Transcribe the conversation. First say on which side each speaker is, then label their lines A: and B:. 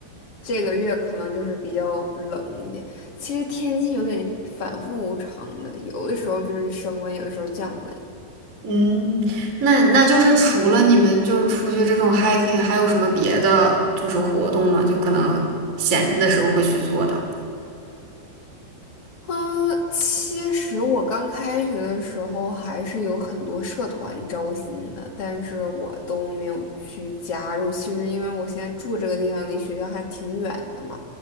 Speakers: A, on the left (about 40°); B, on the right (about 25°).
A: 这个月可能就是比较冷一点。其实天气有点反复无常的，有的时候就是升温，有的时候降温。
B: 嗯，那那就是除了你们就是出去这种 hiking，还有什么别的就是活动吗？就可能闲的时候会去做的。
A: 嗯，其实我刚开学的时候还是有很多社团招新的，但是我都没有去加入。其实因为我现在住这个地方离学校还挺远的嘛，